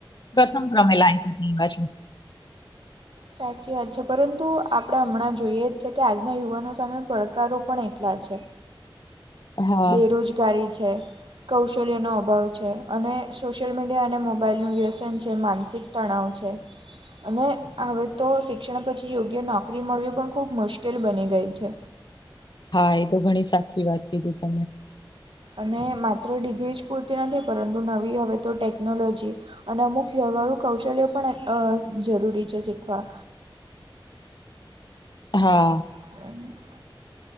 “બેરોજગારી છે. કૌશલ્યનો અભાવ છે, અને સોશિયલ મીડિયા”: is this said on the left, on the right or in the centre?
Right